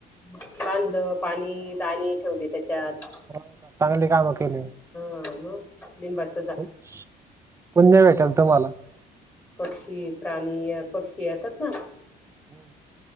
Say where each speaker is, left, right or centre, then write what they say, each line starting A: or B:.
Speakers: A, on the left; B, on the right.
A: <unintelligible> पाणी, दाणे ठेवले त्याच्यात.
B: <unintelligible> चांगली काम केली.
A: <unintelligible>
B: <unintelligible>
A: पक्षी, प्राणी, पक्षी येतात ना
B: हा.